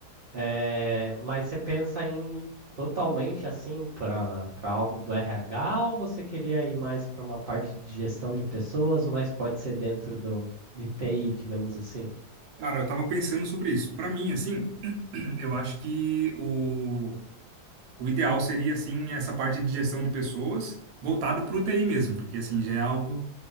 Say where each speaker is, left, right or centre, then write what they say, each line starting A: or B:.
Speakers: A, on the right (about 65°); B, on the right (about 80°).
A: É, mas você pensa em ir totalmente assim para para algo do RH ou você queria ir mais para uma parte de gestão de pessoas, mas pode ser dentro do de TI, digamos assim?
B: Cara, eu tava pensando sobre isso. Pra mim, assim, <clears throat> eu acho que o O ideal seria, assim, essa parte de gestão de pessoas voltado para o TI mesmo, porque, assim, já é algo...